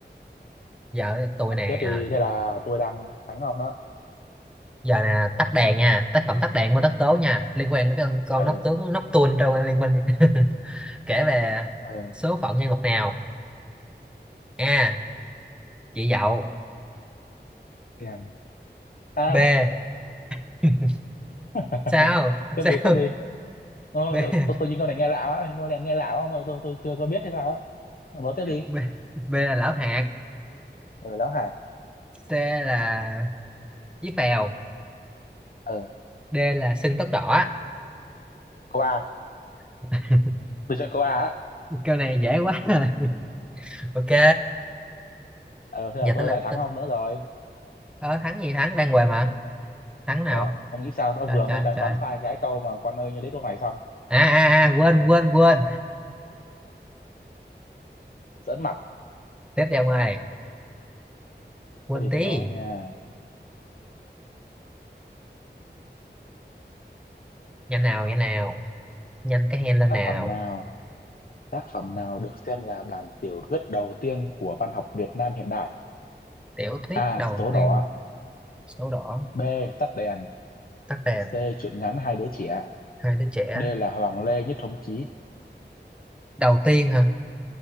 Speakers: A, in the centre; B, on the left.
A: giờ tôi
B: Ông
A: nè
B: tiếp đi,
A: à,
B: thế là tôi đang thắng ông đó.
A: giờ nè tắt đèn nha tác phẩm tắt đèn của tất tố nha liên quan đến con, con
B: Ừ.
A: nóc tướng nóc tuôn trong liên minh <laughs> kể về
B: ờ
A: số phận nhân vật nào a chị dậu
B: đèn à
A: B <laughs>
B: <laughs>
A: sao
B: tiếp
A: sao
B: đi tiếp đi Ô,
A: B
B: tôi, tôi, tôi nhìn con này nghe lạ quá con này nghe lạ quá ông ơi tôi tôi chưa có biết hay sao á ông nói tiếp đi
A: B B là lão hạt
B: ừ lão hả
A: C là chí phèo
B: ờ
A: D là sưng tóc đỏ
B: câu A
A: <laughs>
B: tôi chọn câu A á
A: câu này dễ quá rồi ok
B: ờ thế
A: giờ
B: là tôi
A: tới lượt
B: lại thắng
A: tôi
B: ông nữa rồi
A: ờ, thắng gì thắng đang què mà thắng nào
B: ủa ông nghĩ sao ông
A: trời
B: vừa
A: trời
B: mới đoán,
A: trời
B: đoán sai cái câu mà con ơi như lấy câu này xong
A: à, à, à quên quên quên
B: giỡn mặt
A: tiếp theo ngoài quên
B: thế thì
A: tí
B: tôi đó nha
A: nhanh nào nhanh nào nhanh cái hand lên
B: tác
A: nào
B: phẩm nào tác phẩm nào được xem là bản tiểu thuyết đầu tiên của văn học Việt Nam hiện đại
A: tiểu thuyết
B: A
A: đầu
B: số
A: tiên
B: đỏ
A: số đỏ
B: B tắt đèn
A: tắt đèn
B: C truyện ngắn hai đứa trẻ
A: hai đứa trẻ
B: D là Hoàng Lê Nhất Thống Chí
A: đầu tiên hả